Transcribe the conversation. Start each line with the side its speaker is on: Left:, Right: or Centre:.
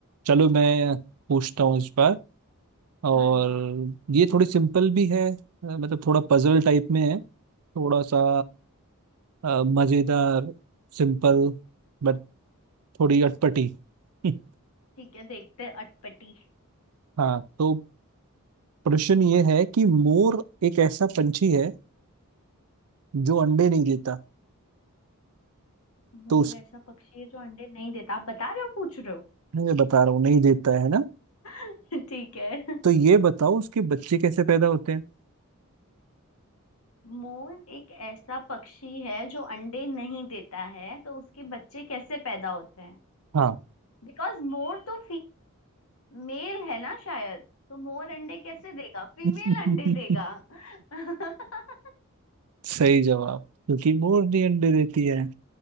Right: चलो मैं पूछता हूँ इस बार और
Left: हाँ जी
Right: ये थोड़ी सिंपल भी है अ, मतलब थोड़ा पजल टाइप में है थोड़ा सा अ, मजेदार सिंपल बट थोड़ी अटपटी <laughs>
Left: ठीक है देखते हैं अटपटी
Right: हाँ तो प्रश्न ये है कि मोर एक ऐसा पंछी है जो अंडे नहीं देता
Left: मोर
Right: तो उस
Left: ऐसा पक्षी है जो अंडे नहीं देता आप बता रहे हो पूछ रहे हो
Right: मैं बता रहा हूँ नहीं देता है ना
Left: <laughs> ठीक है
Right: तो ये बताओ उसके बच्चे कैसे पैदा होते हैं
Left: मोर एक ऐसा पक्षी है जो अंडे नहीं देता है तो उसके बच्चे कैसे पैदा होते हैं
Right: हाँ
Left: बिकॉज मोर तो मेल है ना शायद तो मोर अंडे कैसे देगा फीमेल
Right: <laughs>
Left: अंडे देगा <laughs>
Right: सही जवाब क्योंकि मोर नहीं अंडे देती है